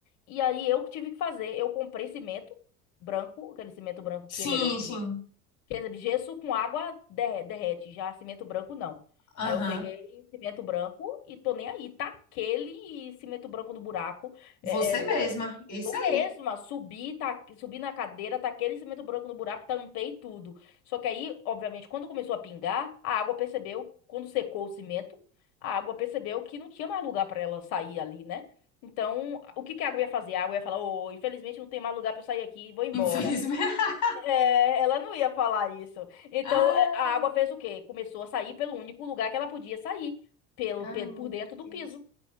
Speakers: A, on the left; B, on the left.
A: E aí eu que tive que fazer. Eu comprei cimento branco, aquele cimento branco
B: Sim,
A: que é melhor que
B: sim.
A: gesso. Quer dizer, gesso com água derre- derrete, já cimento branco não.
B: Aham.
A: Aí eu peguei cimento branco e tô nem aí. Tá aquele cimento branco no buraco.
B: Você
A: É, é, bo-
B: mesma. Isso
A: eu
B: aí.
A: mesma subi, tá, subi na cadeira, taquei aquele cimento branco no buraco, tampei tudo. Só que aí, obviamente, quando começou a pingar, a água percebeu, quando secou o cimento, a água percebeu que não tinha mais lugar para ela sair ali, né? Então, o que que a água ia fazer? A água ia falar: "Ô, infelizmente não tem mais lugar para eu sair aqui, vou embora".
B: Infelizmente. <laughs>
A: É, ela não ia falar isso. Então,
B: Ah,
A: é, a água fez o quê? Começou a sair pelo único lugar que ela podia sair, pelo,
B: Ai,
A: pe-
B: meu
A: por dentro do
B: Deus.
A: piso